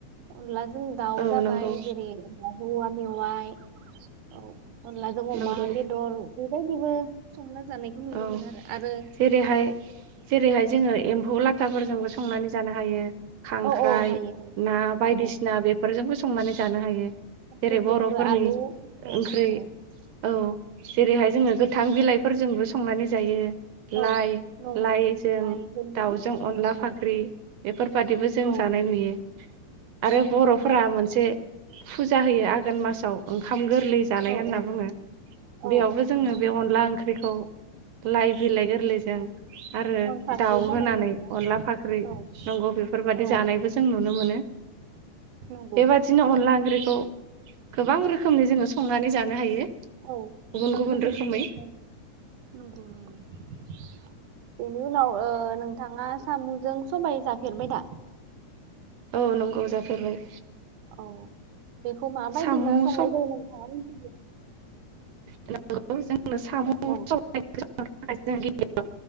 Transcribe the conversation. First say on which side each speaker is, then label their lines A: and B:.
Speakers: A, on the right; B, on the right.
A: अनलाजों दावजाबाय
B: औ नंगौ
A: जेरै अनलाजों औवा मेवाय औ अनलाजों अमा
B: नंगौ
A: बेदर बेबायदिबो संना जानायखौ नुनो
B: औ
A: मोनो आरो
B: जेरैहाय
A: आरो औ
B: जेरैहाय जोङो
A: नंगौ
B: एम्फौ लाथाफोरजोंबो संना संनानै जानो हायो खांख्राइ
A: औ औ हायो हायो
B: ना बायदिसिना
A: औ
B: बेफोरजोंबो सं संनानै जानो हायो
A: गासैजोंबो
B: जेरै बर'फोरनि
A: आलु औ
B: ओंख्रि
A: नंगौ
B: औ जेरैहाय जोङो गो थां बिलाइफोरजोंबो संनानै जायो
A: औ
B: लाइ
A: नंगौ
B: लाइजों
A: नंगौ लाइफोरजों
B: दाउजों अनला
A: औ
B: फाख्रि बेफोरबादिबो जों
A: औ
B: जानाय
A: नंगौ
B: नुयो आरो बर'फोरा
A: नंगौ
B: मोनसे फुजा होयो आघोन मासाव ओंखा ओंखाम गोरलै जानाय
A: औ
B: होनना
A: औ
B: बुङो
A: औ
B: बेयावबो
A: औ
B: जोङो
A: नंगौ
B: बे
A: नंगौ
B: अनला ओंख्रिखौ लाइ बिलाइ गोरलैजों
A: औ
B: आरो
A: अन फाख्रि
B: दाउ
A: बानायो
B: होनानै
A: आरोना
B: अनला फाख्रि
A: औ
B: नंगौ बेफोरबायदि
A: औ
B: जानायबो जों नुनो मोनो
A: नंगौ
B: बेबादिनो अनला ओंख्रिखौ गोबां रोखोमनि जोङो संनानै जानो हायो
A: औ
B: गुबुन
A: गोबां
B: गुबुन
A: रोखोमनि
B: रोखोमै
A: दंमोन नंगौ नंगौ बेनो उनाव ओ नोंथाङा साम'जों सबाय जाफेरबाय दा
B: औ नंगौ जाफेरबाय
A: औ बेखौ माबायदि
B: साम'
A: मा संनाय जायो नोंथाङा मिथियो
B: <unintelligible> आंनो सामु
A: औ औ
B: सबायजों गिबियाव